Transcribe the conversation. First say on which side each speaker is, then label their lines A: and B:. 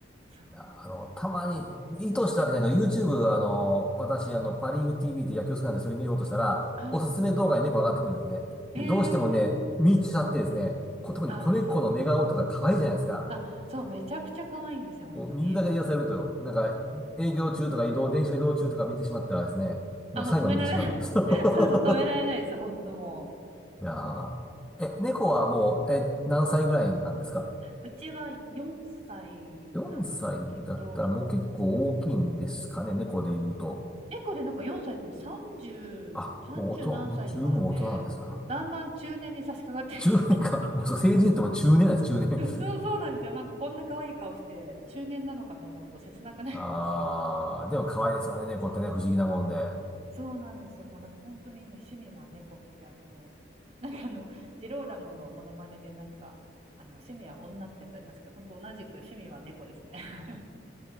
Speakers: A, on the right (about 35°); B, in the centre.
A: そう。
B: あの、たまに、意図したわけじゃないけど、YouTube、あの、私、あの、パリーグ TV って野球好きなんで、それ見ようとしたら、
A: はい。
B: おすすめ動画に猫上がってくるんですね。
A: ええー、
B: で、どうしてもね、見入っちゃってですね、こ、特に子猫の寝顔とか可愛いじゃないですか。
A: ああ、あ、そう、めちゃくちゃ可愛いんですよ、本当に。
B: もう見るだけで癒されると、なんか、営業中とか移動、電車移動中とか見てしまったらですね、もう最後は見てしまう。
A: あ、もう止められない。
B: <laughs>
A: <laughs> そうそう、止められないです、本当も
B: いやーえ、猫はもう、え、何歳ぐらいなんですか
A: う。うちは4歳なんですけど、
B: ?4 歳だったらもう結構大きいんですかね、猫で言うと。
A: 猫でなんか4歳とも30、
B: あ、
A: 30何歳とかなんで、
B: もう大人、十分大人なんですな。
A: だんだん中年に差し掛かってきてるんですよ。
B: 中年か。<laughs> もうそう、成人言っても中年なんです、中年。
A: そうそうなんですよ。なんかこんな可愛い顔して中年なのかと思うと切なくなりますよね。
B: <laughs> あー、でも可愛いですよね、猫ってね、不思議なもんで。
A: <laughs> そうなんですよ。もうだから本当に今趣味は猫ってあの、なんかあの、ジローラモのモノマネでなんか、あの趣味は女ってやつありますけど、本当同じく趣味は猫ですね。<laughs>